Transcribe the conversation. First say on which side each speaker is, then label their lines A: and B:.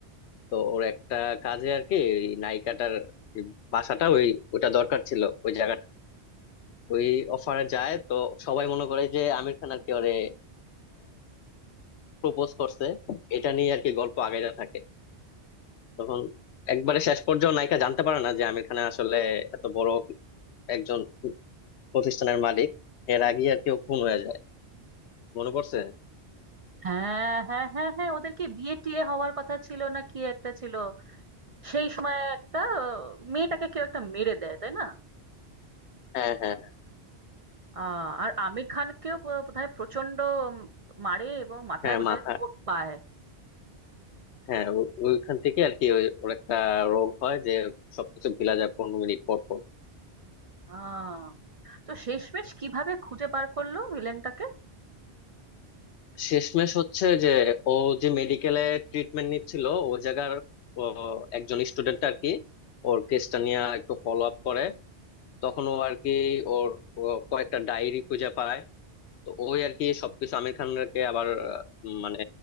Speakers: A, on the left; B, on the right.
A: তো ওর একটা কাজে আর কি এই নায়িকাটার বাসাটা ওই ওটা দরকার ছিল ওই জায়গাটা ওই অফারে যায় তো সবাই মনে করে যে আমির খান আর কি ওরে প্রপোজ করছে এটা নিয়ে আর কি গল্প আগাইতে থাকে তখন একবারে শেষ পর্যন্ত নায়িকা জানতে পারে না যে আমির খান আসলে এত বড় একজন প্রতিষ্ঠানের মালিক এর আগে আর কি ও খুন হয়ে যায় মনে পড়ছে
B: হ্যাঁ হ্যাঁ হ্যাঁ হ্যাঁ ওদের কি বিয়ে টিয়ে হওয়ার কথা ছিল না কি একটা ছিল সেই সময় একটা আহ, মেয়েটাকে কেউ একটা মেরে দেয় তাই না
A: হ্যাঁ হ্যাঁ
B: আহ, আর আমির খানকেও ব- বোধহয় প্রচন্ড মারে এবং মাথায়
A: হ্যাঁ
B: বোধহয়
A: মাথা
B: চোট পায়
A: হ্যাঁ ও- ওইখান থেকে আর কি ওই- ওর একটা রোগ হয় যে সবকিছু ভুলা যায় পনেরো মিনিট পর পর
B: আহ তো শেষমেশ কিভাবে খুঁজে বার করলো ভিলেনটাকে
A: শেষমেশ হচ্ছে যে ও যে মেডিকেলে ট্রিটমেন্ট নিচ্ছিল ও জায়গার ও একজন স্টুডেন্ট আর কি ওর কেসটা নিয়ে একটু ফলো আপ করে তখন ও আর কি ওর ও কয়েকটা ডায়েরি খুঁজে পায় তো ওই আর কি সবকিছু আমির খানকে আবার আহ, মানে